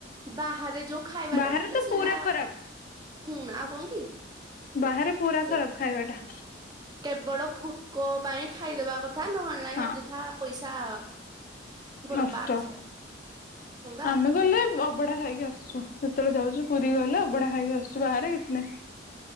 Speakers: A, on the right; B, on the left.
A: ବାହାରେ ଯୋ ଖାଇବା
B: ବାହାରେ
A: ଟା ମିଲେ
B: ତ
A: ସେଇଟା
B: ପୁରା ଖରାପ
A: ହୁଁ ଆଉ କଂ କି?
B: ବାହାରେ ପୁରା
A: ସେ
B: ଖରାପ ଖାଇବା ଟା।
A: କେବଳ ଭୋକ ପାଇଁ ଖାଇଦବା କଥା ନହେଲେ ନାହିଁ
B: ହଁ
A: ଅଯଥା ପଇସା ବର୍ବାଦ।
B: ନଷ୍ଟ।
A: ହଁ ବା
B: ଆମେ ଗଲେ ଅବଢା ଖାଇକି ଆସୁ। ସୁ ସେତେବେଳେ ଯାଉଛୁ ପୁରୀ ଗଲେ ଅବଢା ଖାଇକି ଆସଛୁ ବାହାରେ କିଛି ନାହିଁ।